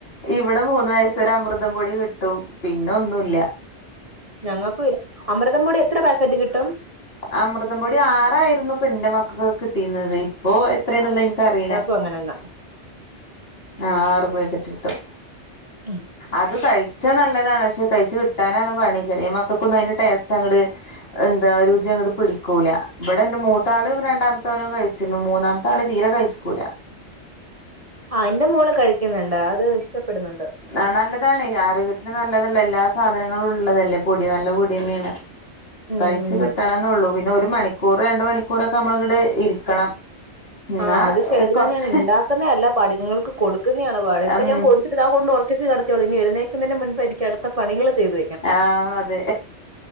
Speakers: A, on the left; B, on the right.
A: ഇവിടെ മൂന്ന് വയസ് വരെ അമൃതം പൊടി കിട്ടും പിന്നൊ ന്നൂല
B: ഞങ്ങൾക്കു അമൃതം പൊടി എത്ര പാക്കറ്റ് കിട്ടും
A: അമൃതം പൊടി ആറായ്ര്ന്നു പ്ന്റെ മക്കൾകൊക്കെ കിട്ടീന്നത് ഇപ്പൊ എത്രന്ന്ള്ളത് എൻക്കറീല
B: പ്പ അങ്ങനെന്നാ
A: ആറു പെക്കെറ്റിട്ടും.
B: മ്
A: അത് കഴ്ച്ചാ നല്ലതാണ് ക്ഷെ കഴിച്ചു കിട്ടാനാണ് പണി ചെറ്യ മക്കൾക്കൊന്നും അയ്ന്റെ ടേസ്റ്റങ്ങണ്ട് അങ്ങട് എന്താ രുചി അങ്ങട് പിടിക്കൂല ഇവിടെന്റെ മൂത്താളും രണ്ടാമത്തോനും കഴിച്ചീണ് മൂന്നാമ താള് തീരെ കൈസ്ക്കൂല.
B: അ എന്റെ മോള് കഴിക്കുന്നുണ്ട് അത് ഇഷ്ടപ്പെട്ന്ന്ണ്ട്.
A: ആ നല്ലതാണ് ആരോഗ്യത്തിന് നല്ലതല്ലെ എല്ലാ സാധനങ്ങളൂള്ളതല്ലേ പൊടി നല്ല പൊതന്നേയാണ്
B: ഉം
A: കഴിച്ചു കിട്ടണന്നൊള്ളൂ പിന്നെ ഒരു മണിക്കൂർ രണ്ട് മണിക്കൂറൊക്കെ നമ്മള്ങ്ങട് ഇരിക്കണം. എന്നാ
B: അ അത് ശരി
A: കൊറച്ച്
B: തന്നെണ് ണ്ടാക്കുന്നെ അല്ല പാട് ഇത്ങ്ങക്ക് കൊടുക്കുന്നേ ആണ് പാട് ഇപ്പ
A: ഉം
B: ഞാൻ കൊടുത്തിട്ട് ഇതാ കൊണ്ട് ഒറക്കിച്ച് കെട്തിയൊള്ളു ഇനി എഴുന്നേക്കുന്നെ മുൻപ് എനിക്ക് അട്ത്ത പണികൾ ചെയ്ത്
A: ആ അതെ